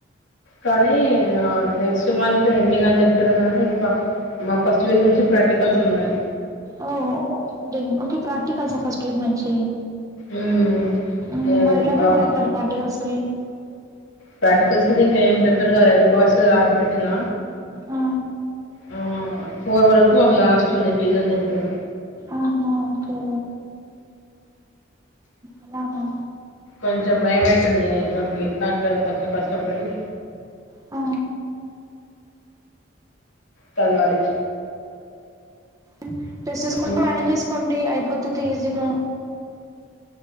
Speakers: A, on the left (about 80°); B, on the right (about 20°).
A: కానీ నెక్స్ట్ మంత్ ఎండింగ్ అని చెప్తారు కానీ ఇంకా మాకు ఫస్ట్ వీక్ నుంచి ప్రాక్టికల్స్ ఉన్నాయి
B: ఓ <unintelligible> ఇంకా ప్రాక్టికల్స్ ఫస్ట్ కి మంచి
A: మ్మ్
B: మ్మ్
A: ఏ-
B: మరి ఎలా ప్రిపేర్
A: ఆ
B: అయ్యుతున్నారు ప్రాక్టికల్స్ హ్మ్
A: ప్రాక్టికల్స్ కి ఇంకా ఏం ప్రిపేర్ కాలే రికార్డ్స్ రాసి పెట్టినా
B: ఆ
A: ఆ పోర్వరత్ ఒక లాస్ట్ ఉంది ఫీజ్ అని చెప్పినా
B: ఆహా ఓకే అలానా
A: కొంచెం భయం అయితుంది ఎగ్జామ్కి ఎట్లాట్ కొంచెం కష్టపడి
B: ఆ
A: చదవాలి
B: ఉ టెస్ట్ చేసుకుంటూ
A: ఇంకా
B: మనేజ్ చేసుకోండి కొత్త తీజగా